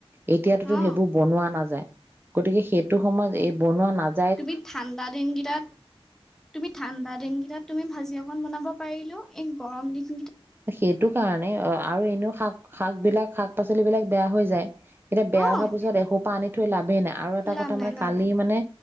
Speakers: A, on the right; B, in the centre.
A: এতিয়াততো
B: অ',
A: সেইবোৰ বনোৱা নাযায়। গতিকে সেইটো সময়ত এই বনোৱা নাজ
B: তুমি ঠাণ্ডা দিনকেইটাত তুমি ঠাণ্ডা দিনকেইটাত তুমি ভাজি আকন বনাব পাৰিলো এই গৰম দিন
A: সেইটো কাৰণে আৰু এনেও শাক শাক বিলাক শাক পাচলি বিলাক বেয়া হৈ যায় এতিয়া বেয়া
B: অ'।
A: হোৱাৰ পিছত এসোপা আনি থৈ লাভেই নাই আৰু এটা
B: লাভ
A: কথা
B: নাই
A: মানে
B: লাভ
A: কালি
B: নাই
A: মানে